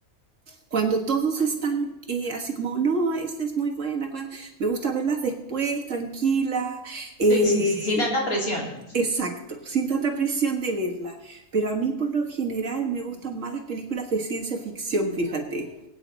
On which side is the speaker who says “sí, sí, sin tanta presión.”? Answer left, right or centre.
Left